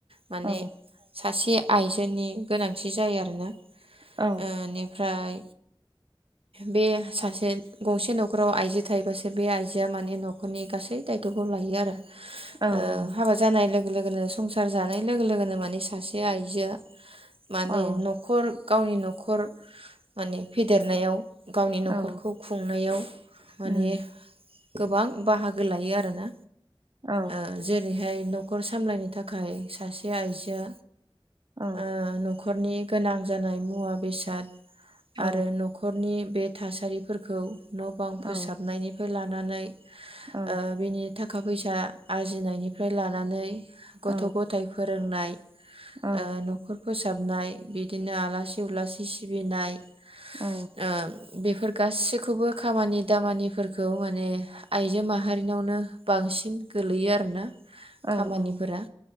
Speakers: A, on the right; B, on the right.
A: माने
B: औ
A: सासे आइजनि गोनांथि जायो आरोना।
B: औ
A: ओ इनिफ्राय बे सासे गंसे न'खराव आइजो थायोबासो बे आइजोआ माने न'खरनि गासै दायथ'खौ लायो आरो।
B: औ
A: ओ हाबा जानाय लोगो लोगो लोगोनो संसार जानाय लोगो लोगोनो माने सासे आइजोआ माने
B: औ
A: न'खर गावनि न'खर माने फेदेरनायाव गावनि न'खरखौ
B: औ
A: खुंनायाव माने
B: उम
A: गोबां बाहागो लायो आरोना।
B: औ
A: ओ जेरैहाय न'खर सामलायनो थाख खाय सासे आइजोआ
B: औ
A: ओ न'ख खरनि गोनां जानाय मुवा बेसाद
B: औ
A: आरो न'खरनि बे थासारिफोरखौ न' बां
B: औ
A: फोसाबनायनिफ्राय लानानै
B: औ
A: ओ बिनि थाखा फै सा आरजिनायनिफ्राय लानानै
B: औ
A: गथ' गथाइ फोरोंनाय ओ
B: औ
A: न'खर फोसाबनाय बिदिनो आलासि उलासि सि सिबिनाय
B: औ
A: ओ बेफोर गासैखौबो खामानि दामानिफोरखौ माने आइजो माहारिनावनो बांसिन गोलैयो आरोना
B: औ
A: खामानिफोरा
B: औ